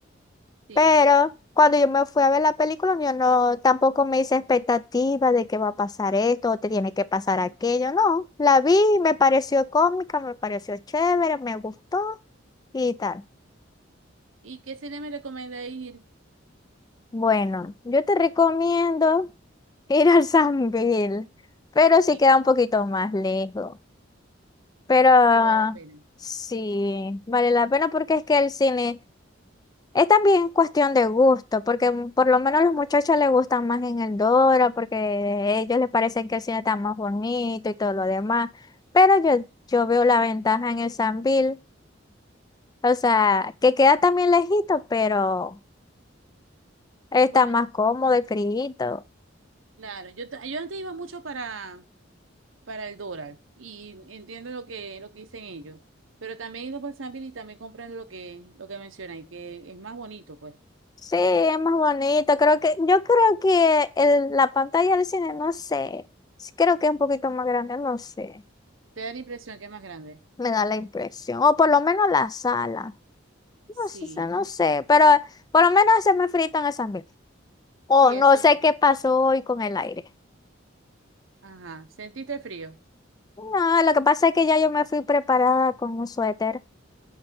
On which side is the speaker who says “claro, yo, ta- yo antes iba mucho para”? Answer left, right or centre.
Right